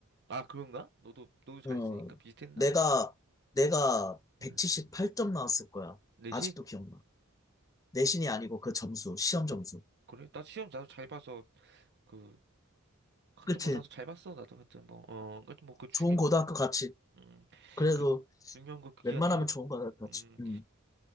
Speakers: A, on the right; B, on the left.
A: 아, 그런가? 너도, 너도 잘했으니까
B: 어,
A: 비슷했나?
B: 내가, 내가 178점
A: 응.
B: 나왔을 거야.
A: 내신?
B: 아직도 기억나. 내신이 아니고 그 점수, 시험 점수.
A: 그래? 나 시험 나도 잘 봐서 그 하여튼
B: 그치?
A: 뭐 나도 잘 봤어 나도 하여튼 뭐어 하여튼 뭐 그 중요한
B: 좋은 고등학교 같이.
A: 음그
B: 그래도
A: 중요한 거 그게
B: 웬만하면
A: 아니라
B: 좋은 고등학교 같이.
A: 음
B: 음.